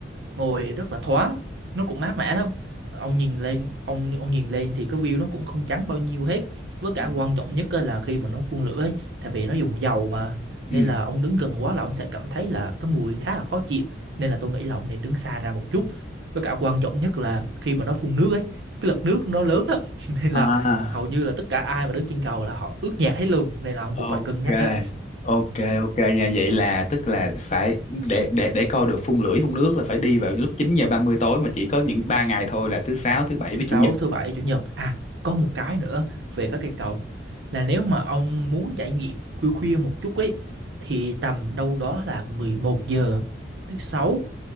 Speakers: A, on the right; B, on the left.
A: ngồi rất là thoáng nó cũng mát mẻ lắm ông nhìn lên ông ông nhìn lên thì cái view nó cũng không trắng bao nhiêu hết với cả
B: Ừ.
A: quan trọng nhất á là khi mà nó phun lửa ấy tại vì nó dùng dầu mà
B: Ừ.
A: nên là ông đứng gần quá là ông sẽ cảm thấy là cái mùi khá là khó chịu nên là tôi nghĩ là ông nên đứng xa ra một chút với cả quan trọng nhất là khi mà nó phun nước ấy cái lực nước nó lớn lắm <laughs> nên
B: À.
A: là hầu như là tất cả ai mà đứng trên cầu là họ ướt nhẹp hết luôn nên là ông
B: ok
A: cũng phải cân nhắc đấy
B: ok ok nha vậy là tức là phải để để để coi được phun lưỡi phun nước là phải đi vào lúc chín giờ ba mươi tối mà chỉ có những ba ngày
A: <laughs>
B: thôi là thứ sáu thứ bảy
A: thứ
B: với
A: sáu
B: chủ nhật
A: thứ bảy chủ nhật à có một cái nữa về các cây cầu là nếu mà ông muốn trải nghiệm khuya khuya một chút ấy thì tầm đâu đó là 11 giờ thứ sáu